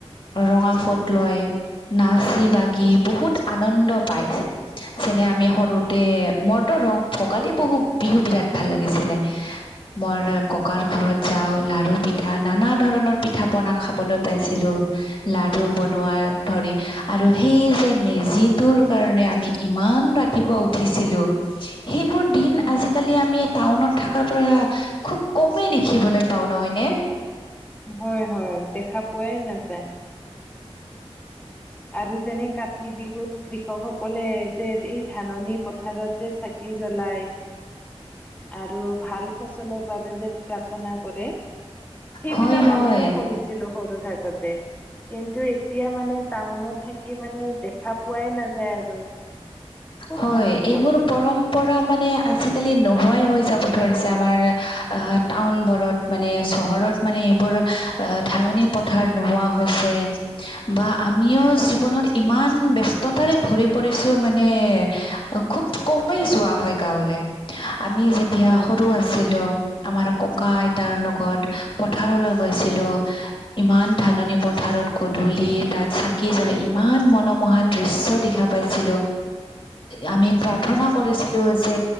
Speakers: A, on the left; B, on the left.
A: ৰঙা ফট লয় নাচি বাগি বহুত আনন্দ পাই যেনে আমি সৰুতে মোৰতো ৰ' ভোগালী বহু বিহু বিৰাট ভাল লাগিছিলে। মোৰ ককাৰ ঘৰত যাওঁ লাৰু পিঠা নানা ধৰণৰ পিঠা পনা খাবলৈ পাইছিলো। লাৰু বনোৱা ধৰি আৰু সেই যে মেজিটোৰ কাৰণে আমি ইমান ৰাতি ৰাতিপুৱা উঠিছিলোঁ।
B: <inaudible>
A: সেইবোৰ দিন আজিকালি
B: হয়
A: আমি টাউনত থাকা পৰা খুব কমেই দেখিবলৈ পাওঁ নহয় নে?
B: হয় - হয়, দেখা পোৱাই নাযায়।
A: <inaudible>
B: আৰু যেনে কাতি বিহুত কৃষকসকলে যে এই ধাননি পথাৰত যে কি জ্বলায় আৰু ভাল ফচলৰ বাবে যে প্ৰাৰ্থনা কৰে সেইবিলাক
A: হয় হয়
B: আমিও কৰিছিলোঁ সৰু থাকোতে, কিন্তু এতিয়া মানে টাউনত থাকি মানে দেখা পোৱাই নাযায় আৰু। খুব
A: হয়
B: মনত
A: এইবোৰ
B: পৰে
A: পৰম- পৰা মানে আজি-কালি নোহোৱাই হৈ যাব ধৰিছে আমাৰ আহ টাউন বোৰত মানে চহৰত মানে এইবোৰ অ ধাননি পথাৰত নোহোৱা হৈছে। বা আমিও জীৱনত ইমান ব্যস্ততাৰে ভৰি পৰিছো মা- নে খুব কমেই যোৱা হয় গাঁৱলে আমি যেতিয়া
B: হয়
A: সৰু আ- ছিলো আমাৰ ককা আইতাৰ লগত পথাৰলৈ গৈছিলো ইমান ধাননি পথাৰত গধূলি তাত চাকি জ্বলাই ইমান মনোমোহা দৃশ্য দেখা- পাইছিলো। আমি প্ৰাৰ্থনা কৰিছিলো যে